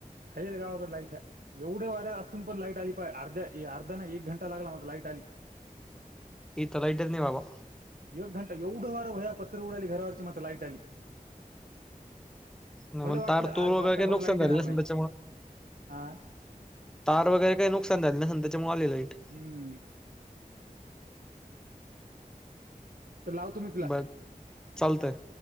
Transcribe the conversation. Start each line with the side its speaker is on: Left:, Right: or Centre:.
Right: आहे गावाकड लाईट हाय. एवढ्या वाऱ्या असून पण लाईट आली पाय अर्ध्या अर्धा ना एक घंटा लागला मात्र लाईट आली. <unintelligible>
Centre: इथं लाईटच नाही बाबा.
Right: एक घंटा एवढं वार बया पत्र उडाली घरावरची मात्र लाईट आली.
Centre: न
Right: मला
Centre: मग
Right: वाटलं
Centre: तार
Right: आज
Centre: तूर
Right: रात्रभर
Centre: वगैरे काही नुकसान
Right: लाईट
Centre: झाले
Right: येणार
Centre: नसेल
Right: नाही.
Centre: त्याच्यामुळे
Right: हा.
Centre: तार वगैरे काही नुकसान झालं नसेल त्याच्यामुळे आली लाईट.
Right: हम्म. तर लावतो मी तुला
Centre: बघ चालतंय.